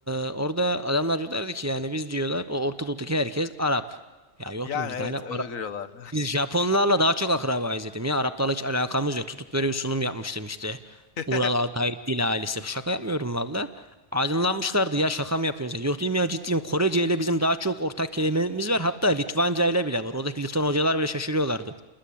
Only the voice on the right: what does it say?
e, orada adamlar diyorlardı ki yani biz diyorlar o Orta Doğu'daki herkes Arap. Ya yok
dedim biz
ne ala-
Biz Japonlarla daha çok akrabayız dedim ya. Araplarla hiç alakamız yok. Tutup böyle bir sunum yapmıştım işte.
Ural Altay Dil ailesi. Şaka yapmıyorum valla. Aydınlanmışlardı ya şaka mı yapıyorsunuz? Yok dedim ya ciddiyim. Korece ile bizim daha çok ortak kelimemiz var. Hatta Litvanca ile bile var. Oradaki Litvan hocalar bile şaşırıyorlardı.